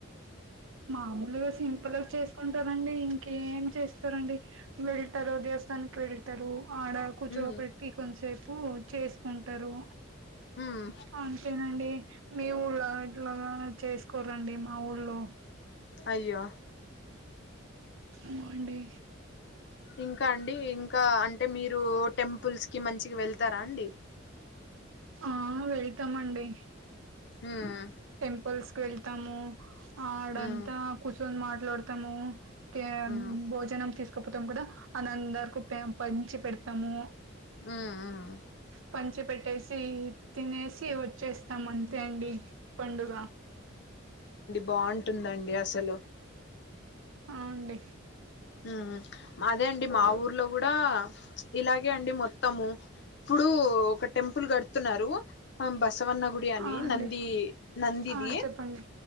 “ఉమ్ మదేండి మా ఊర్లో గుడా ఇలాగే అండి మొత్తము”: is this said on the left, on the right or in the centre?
Left